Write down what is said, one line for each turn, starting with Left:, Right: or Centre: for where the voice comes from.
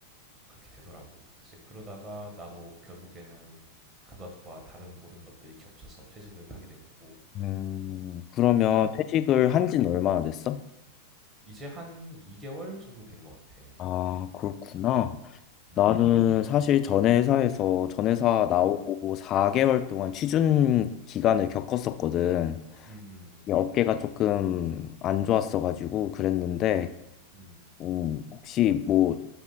Right: 그렇게 되더라고. 이제 그러다가 나도 결국에는 그것과 다른 모든 것들이 겹쳐서 퇴직을 하게 된 거고.
Left: 음, 그러면
Right: 음,
Left: 퇴직을 한
Right: 음.
Left: 지는 얼마나 됐어?
Right: 이제 한 2개월 정도 된 것 같아.
Left: 아, 그렇구나.
Right: 음, 음,
Left: 나는 사실 전 회사에서 전 회사 나오고
Right: 음,
Left: 4개월 동안 취준 기간을 겪었었거든.
Right: 음, 음,
Left: 이 어깨가 조금 안 좋았어가지고 그랬는데,
Right: 음, 음,
Left: 음, 혹시 뭐